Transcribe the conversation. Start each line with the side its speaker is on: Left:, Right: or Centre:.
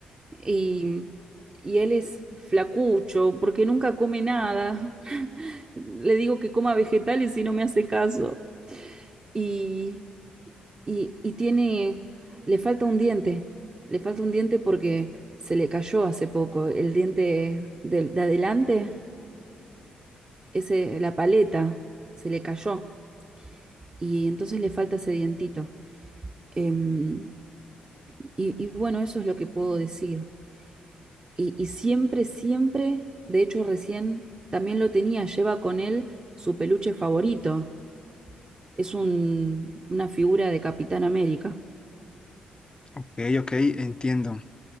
Right: y, y él es flacucho porque nunca come nada. Le digo que coma vegetales y no me hace caso. Y, y, y tiene, le falta un diente, le falta un diente porque se le cayó hace poco. El diente de, de adelante, ese, la paleta, se le cayó. Y entonces le falta ese dientito. Em, Y, y bueno, eso es lo que puedo decir. Y, y siempre, siempre, de hecho recién también lo tenía, lleva con él su peluche favorito. Es un, una figura de Capitán América.
Left: Ok, ok, entiendo.